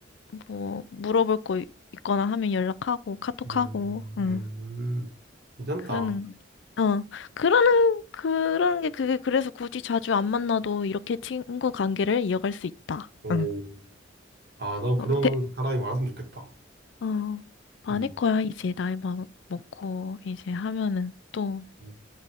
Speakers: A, on the left; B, on the right.
A: 뭐, 물어볼 거 있- 있거나 하면 연락하고, 카톡하고,
B: 음,
A: 응,
B: 음, 괜찮다.
A: 그러는 거지. 어, 그러는, 그러는 게 그게 그래서 굳이 자주 안 만나도 이렇게 친구 관계를 이어갈 수 있다.
B: 오,
A: 응.
B: 아, 나 그런
A: 어, 대,
B: 사람이 많았으면 좋겠다.
A: 어, 많을
B: 음,
A: 거야, 이제 나이 먹, 먹고, 이제 하면은 또,
B: 음.